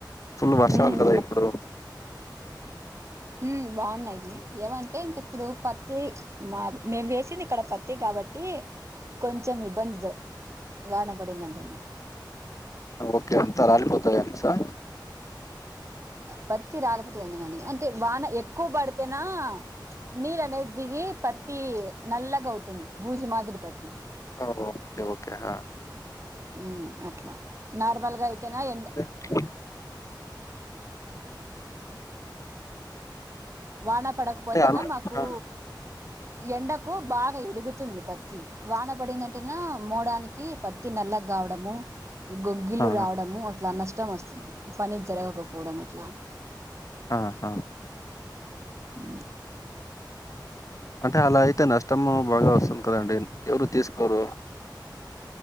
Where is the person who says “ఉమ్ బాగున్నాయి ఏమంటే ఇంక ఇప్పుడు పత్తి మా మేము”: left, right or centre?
Right